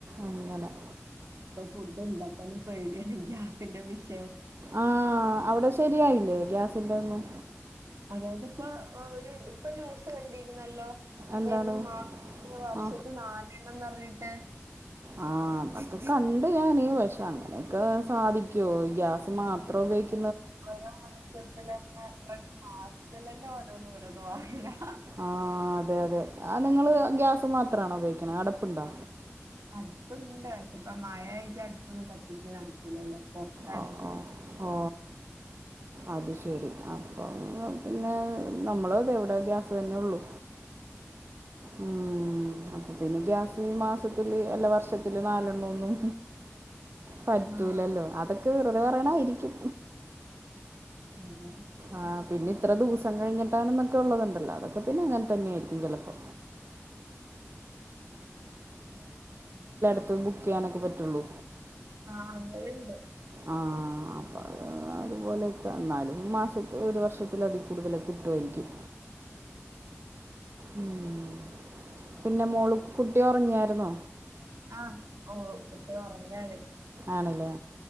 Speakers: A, on the right; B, on the right.
A: അങ്ങനെ-
B: ഇപ്പൊ ഫുഡ് ഉണ്ടാക്കൻ പേടിയാണ്. ഗ്യാസിന്റെ വിഷ്
A: ആ അവിടെ ശരിയായി. ഇല്ലേ ഗ്യാസിന്റെ ഒന്നും
B: അതായത് ഇപ്പ ഒരു ഇപ്പം ന്യൂസ് കണ്ടിരുന്നല്ലോ?
A: എന്താണ്
B: അതായത് മാ വർഷത്ത്
A: ആ
B: നാലെണ്ണംന്ന് പറഞ്ഞി ട്ടെ-
A: ആ അതൊക്കെ കണ്ട് ഞാന്. പക്ഷെ അങ്ങനെയൊക്കെ സാധിക്കോ ഗ്യാസ് മാത്രം ഉപയോഗിക്ക
B: ഓരോ മാസത്തിൽ തന്നെ ഞാൻ മാസത്തിൽതെന്ന ഓരോന്നരോ <unintelligible>
A: ആ അതെ അതെ ആ നിങ്ങള് ഗ്യാസ് മാത്രമാണോ ഉപയോഗിക്കുന്നത്? അടപ്പുണ്ടോ?
B: അടുപ്പുണ്ട്, പക്ഷേ ഇപ്പ മഴയായിട്ടു അടുപ്പൊന്നും കത്തിക്ക നടക്കൂലല്ലോ? പൊറത്താണേ
A: ആ ആ ഓ അത് ശരി അപ്പം പിന്നെ നമ്മള് അതെ ഇവിടെ ഗ്യാസ് തന്നെ ഉള്ളു. ഉം അപ്പൊ പിന്നെ ഗ്യാസി മാസത്തില് അല്ല വർഷത്തില് നാലെണ്ണൂന്നും പറ്റൂലല്ലോ
B: ആഹ്
A: അതൊ ക്കെ വെറുതെ പറയണതായിരിക്കും.
B: അല്ല
A: ആ പിന്നെ ഇത്ര ദിവസം കഴിഞ്ഞിട്ടാണെന്നൊക്കെ ഉള്ളതുണ്ടല്ലോ അതൊക്കെ പിന്നെ അങ്ങനെ തന്നെയായിരിക്കും ചെലപ്പോ. ടുത്തത് ബുക്ക് ചെയ്യാനൊക്കെ പറ്റുള്ളൂ.
B: ആ അങ്ങനെ ഉണ്ട്
A: ആ അപ്പൊ അതുപോലെയൊക്കെ എന്നാലും മാസത്തിൽ ഒരു വർഷത്തിൽ അതി കൂടുതലൊക്കെ കിട്ടുവായിരിക്കും. ഉം പിന്നെ മോള് കുട്ടി ഉറങ്ങിയാ കിടന്നോ?
B: ആ ഓ കുട്ടി ഉറങ്ങാണ്
A: ആണല്ലേ